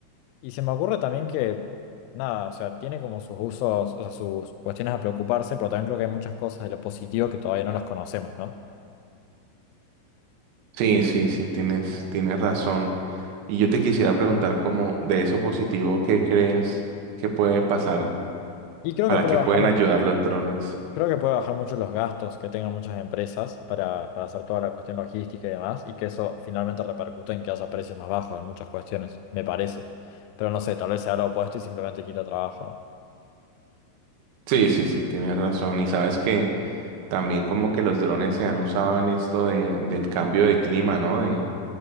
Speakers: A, on the left; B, on the right.
A: y se me ocurre también que, nada, o sea, tiene como sus usos, o sea, sus cuestiones a preocuparse, pero también creo que hay muchas cosas de lo positivo que todavía no las conocemos, ¿no?
B: Sí, sí, sí, tienes, tienes razón. Y yo te quisiera preguntar como de esos positivos, ¿qué crees que puede pasar?
A: Y creo
B: ¿Para
A: que puede
B: qué
A: bajar
B: pueden
A: los-
B: ayudar los drones?
A: creo que puede bajar mucho los gastos que tengan muchas empresas para, para hacer toda la cuestión logística y demás, y que eso finalmente repercute en que haya precios más bajos en muchas cuestiones, me parece. Pero no sé, tal vez sea lo opuesto y simplemente quita trabajo, ¿no?
B: Sí, sí, sí, tienes razón. Y sabes que también como que los drones se han usado en esto de, del cambio de clima, ¿no? De